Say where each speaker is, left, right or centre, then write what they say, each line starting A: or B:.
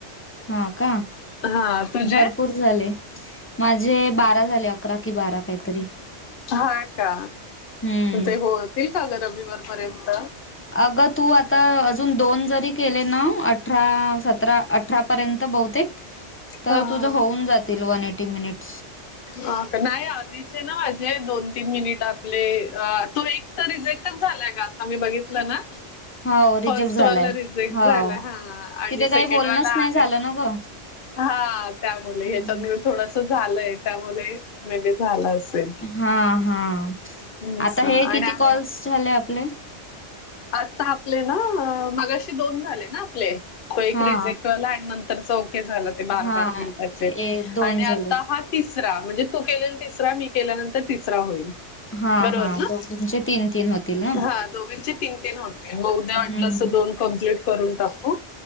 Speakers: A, on the left; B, on the left.
A: हा का?
B: हा तुझे
A: भरपूर किती झाले? माझे बारा झाले अकरा कि बारा काहीतरी
B: हा का,
A: हम्म
B: ते होतील का ग रविवार पर्यंत?
A: अगं तू आता अजून दोन जरी केले ना, अठरा- सतरा अठरापर्यंत बहुतेक तर
B: हा
A: तुझ होऊन जातील वन एटी मिनिट.
B: ह का, नाही आधीचे ना माजे दोन तीन मिनिट आपले, तो एक तर रिजेक्टच झालाय का आता मी बघितलं ना
A: हाव रिजेक्ट
B: फर्स्टवाला
A: झालाय
B: रिजेक्ट
A: हाव
B: झाला हा आणि
A: तिथे
B: सेकंडवाला
A: काही बोलणंच नाही
B: आहे.
A: झालं ना ग
B: हा त्यामुळे
A: हम्म
B: हेच्या थोडस झालंय, त्यामुळे म झालं. असेल.
A: हा हा,
B: असं
A: आता हे
B: आणि
A: किती कॉल्स झाले आपले?
B: आता आपले ना अ मगाशी दोन झाले ना आपले. तो एक
A: हा
B: रिजेक्ट वाला आणि नंतरचा ओके झालं ते बारा
A: हा
B: बारा मिनिटाचे
A: ए दोन
B: आणि
A: झाले
B: आता हा तिसरा म्हणजे तू केलेल तिसरा मी केल्यानंतर तिसरा होईल.
A: हा
B: बरोबर
A: हा
B: ना
A: दोघींचे तीन तीन होतील. ना
B: हा दोंघींचे तीन तीन होतील मग
A: हम्म
B: उद्या वाटलस दोन
A: हम्म
B: कंप्लीट करून टाकू